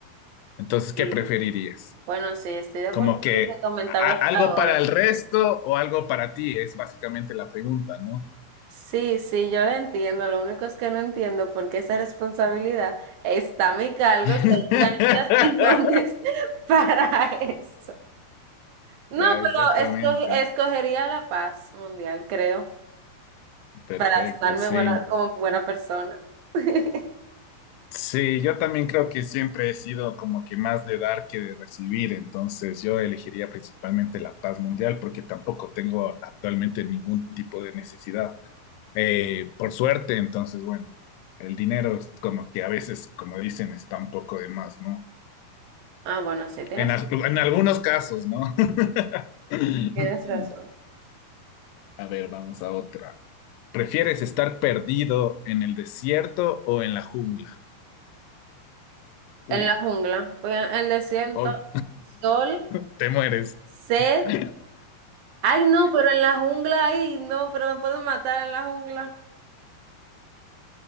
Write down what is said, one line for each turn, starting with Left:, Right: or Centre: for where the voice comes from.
Left: Entonces, ¿qué
Right: sí.
Left: preferirías?
Right: Bueno, sí, estoy de acuerdo
Left: Como que
Right: con lo que comentabas
Left: a- algo
Right: ahora.
Left: para el resto o algo para ti, es básicamente la pregunta, ¿no?
Right: Sí, sí, yo lo entiendo. Lo único es que no entiendo por qué esa responsabilidad está a mi cargo
Left: <laughs>
Right: si hay organizaciones <laughs> para eso. No,
Left: Ya,
Right: pero
Left: exactamente.
Right: esco escogería la paz mundial, creo,
Left: Perfecto,
Right: para sonarme
Left: sí.
Right: buena, como buena persona. <laughs>
Left: Sí, yo también creo que siempre he sido como que más de dar que de recibir, entonces yo elegiría principalmente la paz mundial porque tampoco tengo actualmente ningún tipo de necesidad. Eh, por suerte, entonces, bueno, el dinero es como que a veces, como dicen, está un poco de más, ¿no?
Right: Ah, bueno, sí, tienes,
Left: En, as- en algunos casos, ¿no? <laughs>
Right: tienes razón.
Left: A ver, vamos a otra. ¿Prefieres estar perdido en el desierto o en la jungla? Uy,
Right: En la jungla, pues, en el desierto,
Left: ob-
Right: sol,
Left: <laughs> te mueres.
Right: sed.
Left: <laughs>
Right: Ay, no, pero en la jungla, ay, no, pero me pueden matar en la jungla.